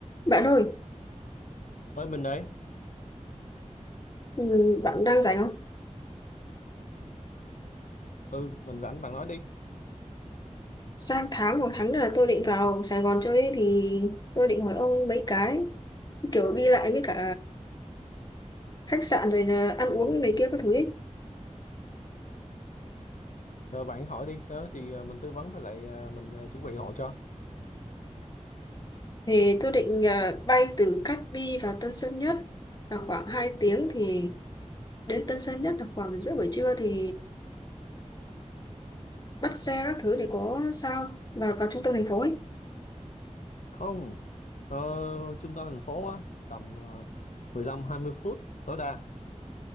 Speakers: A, on the left; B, on the left.
A: Bạn ơi,
B: Ơi mình đấy,
A: ừ, bạn đang rảnh không?
B: Ừ, mình rảnh bạn nói đi.
A: Sang tháng một tháng nữa là tôi định vào Sài Gòn chơi ấy, thì tôi định hỏi ông mấy cái kiểu đi lại với cả khách sạn rồi là ăn uống này kia các thứ ấy.
B: Rồi bạn hỏi đi, đó thì à, mình tư vấn với lại à, mình à, chuẩn bị hộ cho.
A: Thì tôi định ờ, bay từ Cát Bi vào Tân Sơn Nhất là khoảng 2 tiếng thì đến Tân Sơn Nhất là khoảng giữa buổi trưa thì bắt xe các thứ để có sao vào vào trung tâm thành phố ấy.
B: Không. Ờ, trung tâm thành phố á, tầm ờ, 15 20 phút tối đa.